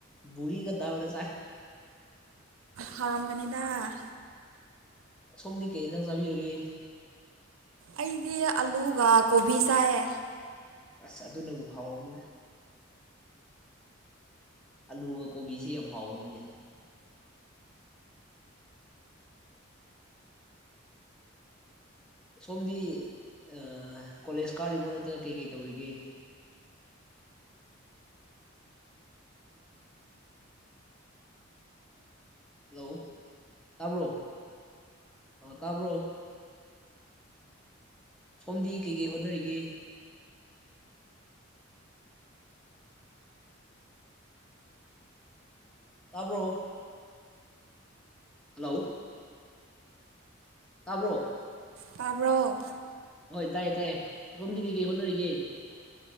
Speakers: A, in the centre; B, on the right.
A: ꯕꯨꯔꯤꯒ ꯗꯥꯜꯒ ꯆꯥꯏ
B: ꯍꯥꯎꯔꯝꯒꯅꯤꯗꯥ
A: ꯁꯣꯝꯗꯤ ꯀꯩ ꯍꯤꯟꯖꯥꯡ ꯆꯥꯕꯤꯔꯒꯦ
B: ꯑꯩꯗꯤ ꯑꯂꯨꯒ ꯀꯣꯕꯤ ꯁꯥꯑꯦ
A: ꯑꯁ ꯑꯗꯨꯅꯕꯨ ꯍꯥꯎꯔꯅꯤꯗ ꯑꯂꯨꯒ ꯀꯣꯕꯤꯁꯤ ꯌꯥꯝ ꯍꯥꯎꯕꯅꯤꯅꯦ ꯁꯣꯝꯗꯤ ꯑ ꯀꯣꯂꯦꯖ ꯀꯥꯔꯤꯕꯣ ꯅꯠꯇ꯭ꯔꯒ ꯀꯩ ꯀꯩ ꯇꯧꯔꯤꯒꯦ <inaudible> ꯍꯜꯂꯣ ꯇꯥꯕ꯭ꯔꯣ ꯑ ꯇꯥꯕ꯭ꯔꯣ ꯁꯣꯝꯗꯤ ꯀꯩꯀꯩ ꯍꯣꯠꯅꯔꯤꯒꯦ ꯇꯥꯕ꯭ꯔꯣ ꯍꯜꯂꯣ ꯇꯥꯕ꯭ꯔꯣ
B: ꯇꯥꯕ꯭ꯔꯣ
A: ꯍꯣꯏ ꯇꯥꯏꯌꯦ ꯇꯥꯏꯌꯦ ꯁꯣꯝꯗꯤ ꯀꯩꯀꯩ ꯍꯣꯠꯅꯔꯤꯒꯦ